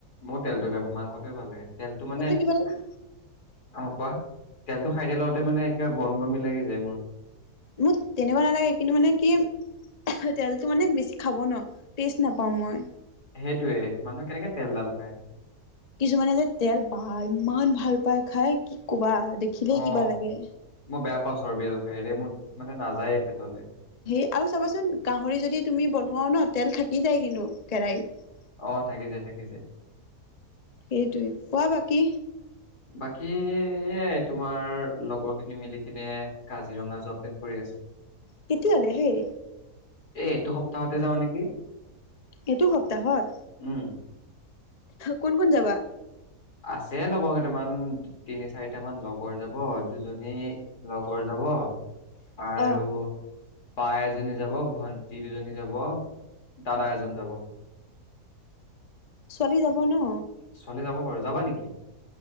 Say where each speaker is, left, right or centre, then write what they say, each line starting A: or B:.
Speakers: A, on the left; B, on the left.
A: মোৰ তেলটো বেয়া পাও মাংসটোৱে ভাল লাগে তেলটো মানে অ
B: কিবা এটা
A: কোৱা তেলটো খাই দিয়া লগতে মানে কিবা বমি বমি লাগি যায় মোৰ
B: মোৰ তেনেকুৱা নালাগে কিন্তু মানে কি তেলটো মানে বেছি খাব ন টেষ্ট নাপাওঁ মই
A: সেইটোয়ে মানুহে কেনেকে তেলডাল খায়
B: কিছুমানে যে তেল বা ইমান ভাল পায় খাই কি ক'বা দেখিলেই
A: অ
B: কিবা লাগে
A: মই বেয়া পাওঁছ আৰু চৰ্বিডাল খাইৰে মোৰ মানে নাযায়ে পেটলে
B: সেই আৰু চাবাচোন গাহৰি যদি তুমি বনোৱাও ন তেল থাকি দায় কিন্তু কেৰাহত
A: আহ থাকি যায় থাকি যায়
B: সেইটোৱে কোৱা বা কি
A: বাকী তোমাৰ লগৰখিনি মিলি কিনে কাজিৰঙা যোৱা প্লেনিং কৰি আছো
B: কেতিয়ালে হেই
A: এ এইটো স তাহতে যাওঁ নেকি
B: এইটো সপ্তাহত
A: উম
B: কোন কোন যাবা
A: আছে লগৰ কেইটামান তিনি চাৰিটামান লগৰ যাব দুজনী লগৰ যাব আৰু
B: অ
A: বা এজনী যাব ভন্টি দুজনী যাব দাদা এজন যাব
B: ছোৱালী যাব ন
A: ছোৱালী যাব যাবা নেকি